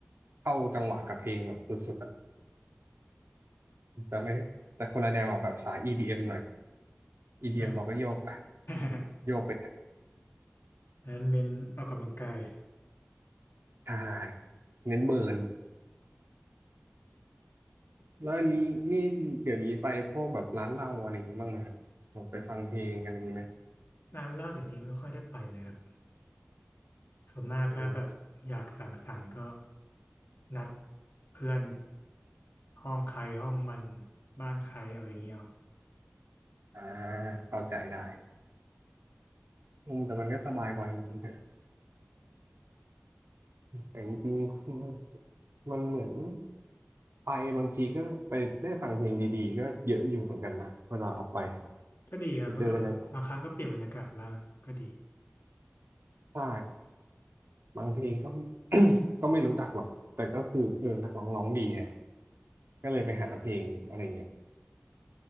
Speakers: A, on the right (about 80°); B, on the left (about 80°).
A: เข้าจังหวะกับเพลงแบบสุดๆอ่ะแต่ไม่แต่คนละแนวกับแบบสาย EDM หน่อย EDM
B: เออ
A: เอ็มเราก็โยกไป
B: <laughs>
A: โยกไป
B: งั้นเน้นออกกำลังกาย
A: ทายเน้นเบิร์นแล้วอันนี้นี่เดี๋ยวนี้ไปพวกแบบร้านเหล้าอะไรอย่างงี้บ้างนะครับแบบไปฟังเพลงกันอย่างนี้ไหม
B: ร้านเหล้าเดี๋ยวนี้ไม่ค่อยได้ไปเลยครับส่วนมากถ้าแบบอยากสังสรรค์ก็
A: อืม
B: นัดเพื่อนห้องใครห้องมันบ้านใครเอาอย่างเงี้ยเอา
A: อ่าเข้าใจได้อืมแต่มันก็สบายกว่าจริงๆนะแต่จริงๆมันเหมือนไปบางทีก็ไปได้ฟังเพลงดีๆก็เยอะอยู่เหมือนกันนะเวลาออกไป
B: ก็ดีครับแล้วก็แบบบางครั้งก็เปลี่ยนบรรยากาศบ้างก็ดี
A: ไปเจออะไรใช่บางเพลงก็ <coughs> ก็ไม่รู้จักหรอกแต่ก็คือเออนักร้องร้องดีแฮะก็เลยไปหาเพลงอะไรเงี้ย